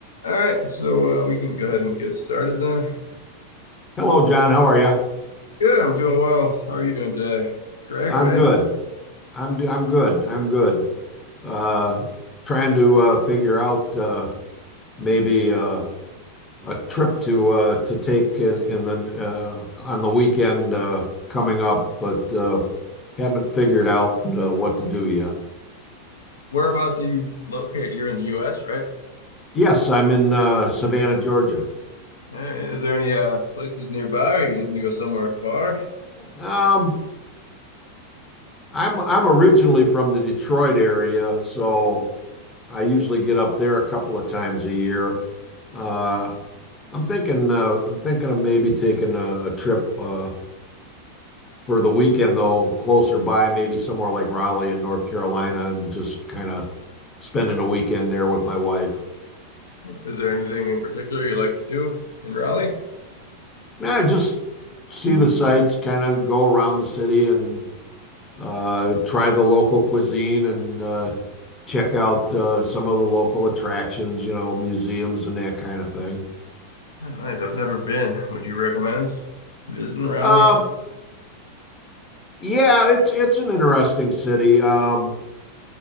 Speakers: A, on the left; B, on the left.
A: All right, so uh, we can go ahead and get started then.
B: Hello, John. How are you?
A: Good, I'm doing well. How are you doing today, Greg?
B: I'm
A: Right?
B: good. I'm d- I'm good. I'm good. Uh, trying to uh, figure out uh, maybe uh, a trip to uh, to take in in the uh, on the weekend uh, coming up, but uh, haven't figured out uh, what to do yet.
A: Whereabouts are you located? You're in the U.S., right?
B: Yes, I'm in uh, Savannah, Georgia.
A: All right, Eh, Is there any uh, places nearby? Are you looking to go somewhere far?
B: Um, I'm I'm originally from the Detroit area, so I usually get up there a couple of times a year. Uh, I'm thinking uh, I'm thinking of maybe taking a, a trip uh, for the weekend though, closer by, maybe somewhere like Raleigh in North Carolina, and just kind of spending a weekend there with my wife.
A: Is there anything in particular you like to do in Raleigh?
B: Nah, just see the sights, kind of go around the city and uh, try the local cuisine and uh, check out uh, some of the local attractions, you know, museums and that kind of thing.
A: Oh, nice. I've never been. Would you recommend visiting Raleigh?
B: Uh, yeah, it's it's an interesting city. Um,